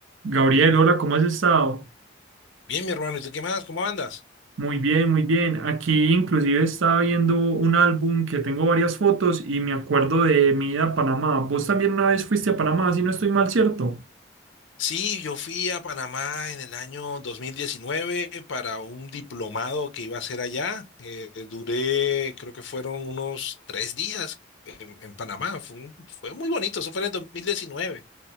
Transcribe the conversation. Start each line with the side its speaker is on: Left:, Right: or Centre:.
Right: Gabriel, hola, ¿cómo has estado?
Left: Bien, mi hermano, ¿y tú qué más? ¿Cómo andas?
Right: Muy bien, muy bien. Aquí inclusive estaba viendo un álbum que tengo varias fotos y me acuerdo de mi ida a Panamá. Vos también una vez fuiste a Panamá, si no estoy mal, ¿cierto?
Left: Sí, yo fui a Panamá en el año 2019 para un diplomado que iba a hacer allá. Eh, duré, creo que fueron unos tres días en, en Panamá. Fue, un- fue muy bonito, eso fue en el 2019.